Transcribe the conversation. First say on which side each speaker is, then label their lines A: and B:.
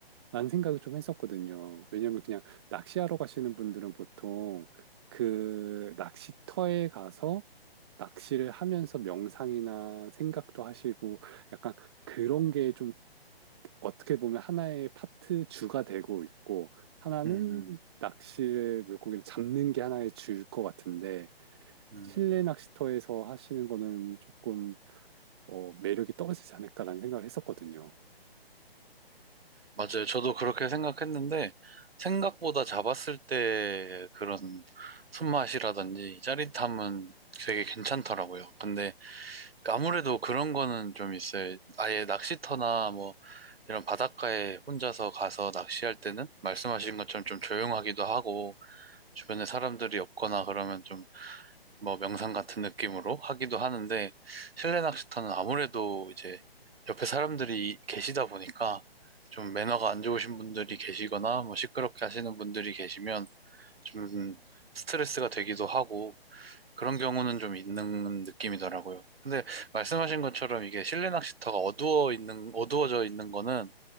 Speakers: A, on the right; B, on the right.
A: 라는 생각을 좀 했었거든요. 왜냐면 그냥 낚시하러 가시는 분들은 보통 그 낚시터에 가서 낚시를 하면서 명상이나 생각도 하시고 약간 그런 게좀 어떻게 보면 하나의 파트 주가 되고 있고 하나는
B: 음,
A: 낚시를 물고기를 잡는 게 하나의 주일 것 같은데
B: 음.
A: 실내 낚시터에서 하시는 거는 조금 어, 매력이 떨어지지 않을까라는 생각을 했었거든요.
B: 맞아요. 저도 그렇게 생각했는데, 생각보다 잡았을 때 그런 손맛이라든지 짜릿함은 되게 괜찮더라고요. 근데 아무래도 그런 거는 좀 있어요. 아예 낚시터나 뭐 이런 바닷가에 혼자서 가서 낚시할 때는 말씀하신 것처럼 좀 조용하기도 하고, 주변에 사람들이 없거나 그러면 좀 뭐 명상 같은 느낌으로 하기도 하는데 실내 낚시터는 아무래도 이제 옆에 사람들이 계시다 보니까 좀 매너가 안 좋으신 분들이 계시거나 뭐 시끄럽게 하시는 분들이 계시면 좀 스트레스가 되기도 하고 그런 경우는 좀 있는 느낌이더라고요. 근데 말씀하신 것처럼 이게 실내 낚시터가 어두워 있는 어두워져 있는 거는